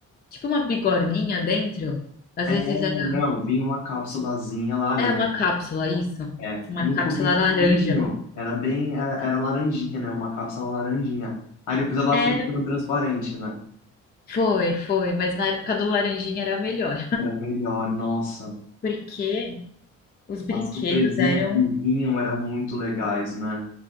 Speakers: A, on the left; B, on the left.
A: tipo uma bigorninha dentro. Às
B: É,
A: vezes era,
B: não, vinha uma cápsulazinha laranja.
A: é uma cápsula, isso.
B: É,
A: Uma
B: no
A: cápsula
B: comecinho
A: laranja.
B: era bem, era, era laranjinha, né? Uma cápsula laranjinha. Aí depois ela
A: Era.
B: foi ficando transparente, né?
A: Foi, foi, mas na época do laranjinha era o melhor.
B: Era melhor, nossa.
A: Porque Os brinquedos
B: Ah, as surpresinhas
A: eram,
B: que vinham eram muito legais, né?